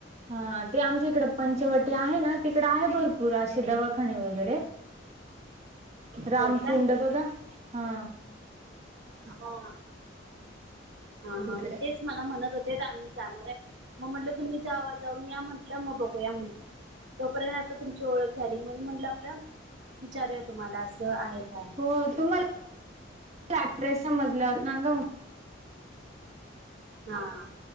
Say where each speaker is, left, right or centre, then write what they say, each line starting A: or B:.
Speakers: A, on the right; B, on the right.
A: हा ते आमच्या इकडे पंचवटी आहे ना तिकड आहे भरपूर असे दवाखाने वगैरे रामकुंड
B: होय का
A: बघा हा
B: हा हा हा
A: तिकडे
B: मग तेच मला म्हणत होते आम्ही जाणार हाय मग म्हटलं तुम्ही जावा जाऊन या म्हटलं मग बघू या म्हटलं तोपर्यंत आता तुमची ओळख झाली म्हणून म्हटलं आपलं विचारूया तुम्हाला असं आहे काय
A: हो तुम्हाला ऍड्रेस समजल्यावर सांगा मग
B: हा